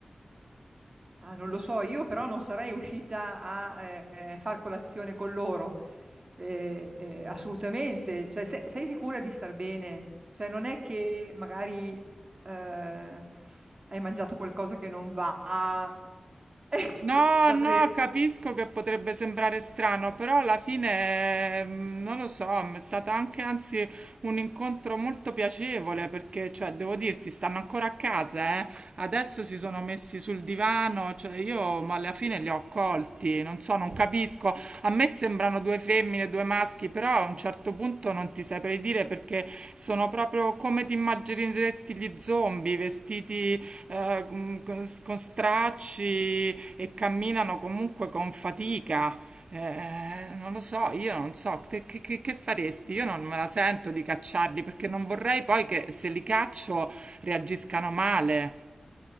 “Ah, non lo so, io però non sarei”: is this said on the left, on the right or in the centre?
Right